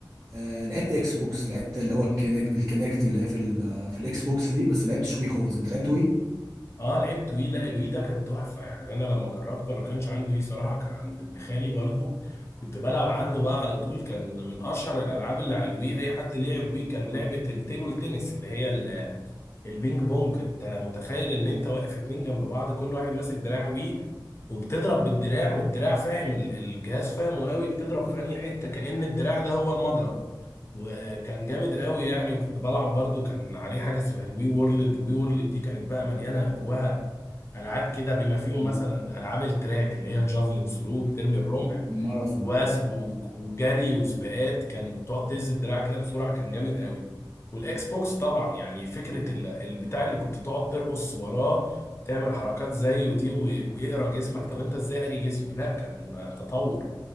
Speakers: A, on the right; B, on the left.
A: آه لعبت اكس بوكس لعبت اللي هو الكينكت الكينكت اللي هي في ال... في الاكس بوكس دي بس ما لعبتش وي خالص انت لعبت وي
B: اه لعبت وي لا الوي ده كان تحفه يعني انا لما جربته انا كانش عندي وي صراحه كان عند ابن خالي برضو كنت بلعب عنده بقى على طول كان من اشهر الالعاب اللي على الوي اي حد لعب وي كان لعبه التيبل تنس اللي هي البينج بونج انت متخيل ان انت واقف اتنين جنب بعض كل واحد ماسك دراع وي وبتضرب بالدراع والدراع فاهم ال- الجهاز فاهمه قوي بتضرب في انهي حته كأن الدراع ده هو المضرب وكان جامد قوي يعني وكنت بلعب برضو كان عليه حاجه اسمها الوي وورلد الوي وورلد دي كانت بقى مليانه جواها العاب كده بما فيهم
A: مم.
B: مثلا العاب التراك اللي هي الجافلين ثرو بترمي الرمح
A: ماراثون
B: وثب و- وجري وسباقات كان وتقعد تهز الدراع كده بسرعه كان جامد قوي والاكس بوكس طبعا يعني فكره ال- البتاع اللي كنت تقعد ترقص وراه تعمل حركات زيه دي و- ويقرا جسمك طب انت ازاي قاري جسمي لا كان تطور